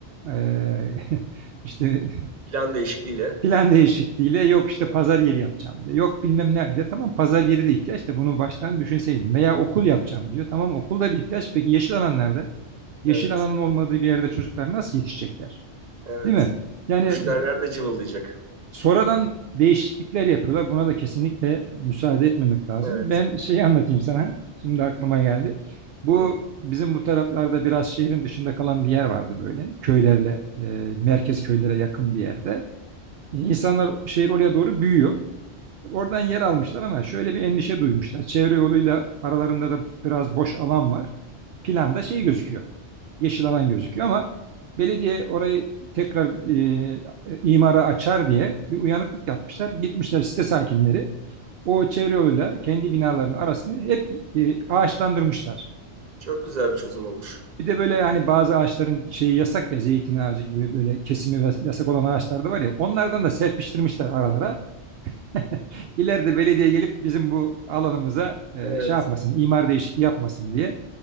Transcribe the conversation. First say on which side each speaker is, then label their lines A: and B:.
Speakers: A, on the right; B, on the right.
A: E, <laughs> işte
B: Plan değişikliğiyle.
A: plan değişikliğiyle yok işte
B: Evet.
A: pazar yeri yapacağım diyor. Yok bilmem ne diyor. Tamam pazar yeri de ihtiyaç da bunu baştan düşünseydin. Veya okul yapacağım diyor. Tamam okul da bir ihtiyaç. Peki yeşil alan nerede? Yeşil
B: Evet.
A: alanın olmadığı bir yerde çocuklar nasıl yetişecekler?
B: Evet.
A: Değil mi? Yani
B: Kuşlar nerede cıvıldayacak?
A: Sonradan değişiklikler yapıyorlar. Buna da kesinlikle müsaade etmemek lazım.
B: Evet.
A: Ben şeyi anlatayım sana. Şimdi aklıma geldi. Bu
B: Hı.
A: bizim bu taraflarda biraz şehrin dışında kalan bir yer vardı böyle. Köylerle, e, merkez köylere yakın bir yerde. E, İnsanlar şehir oraya doğru büyüyor. Oradan yer almışlar ama şöyle bir endişe duymuşlar. Çevre yoluyla aralarında da biraz boş alan var. Planda şey gözüküyor yeşil alan gözüküyor ama belediye orayı tekrar e, imara açar diye bir uyanıklık yapmışlar. Gitmişler site sakinleri o çevre yoluyla kendi binalarının arasını hep e, ağaçlandırmışlar.
B: Çok güzel bir çözüm olmuş.
A: Bir de böyle hani bazı ağaçların şeyi yasak ya zeytin ağacı gibi böyle kesimi yasak olan ağaçlar da var ya onlardan da serpiştirmişler aralara. <laughs> İleride belediye gelip bizim bu alanımıza e,
B: Evet.
A: şey yapmasın, imar değişikliği yapmasın diye